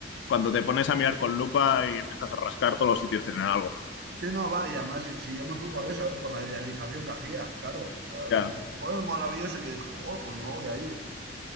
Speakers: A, on the left (about 70°); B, on the right (about 60°).
A: cuando te pones a mirar con lupa y empiezas a rascar, todos los sitios tienen algo.
B: Sí, no, va, y además, si, si yo me fui por eso, ¿eh? Por la idealización que hacía, claro.
A: Ya,
B: Dicen, Joder, maravilloso. Yo dije, joder, pues me voy allí.